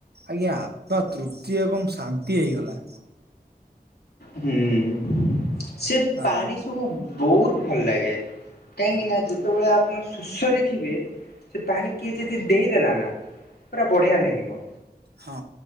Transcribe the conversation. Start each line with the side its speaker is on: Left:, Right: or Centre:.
Right: ଆଜ୍ଞା ଆତ୍ମା ତୃପ୍ତି ଏବଂ ଶାନ୍ତି ହେଇଗଲା।
Left: ହୁଁ ସେ
Right: ଆ
Left: ପାଣି ସବୁ ବହୁତ ଭଲ ଲାଗେ। କାହିଁକି ନା ଯେତେବେଳେ ଆପଣ ଶୋଷରେ ଥିବେ ସେ ପାଣି କିଏ ଯଦି ଦେଇଦେଲା ନା ପୁରା ବଢ଼ିଆ ଲାଗିବ।
Right: ହଁ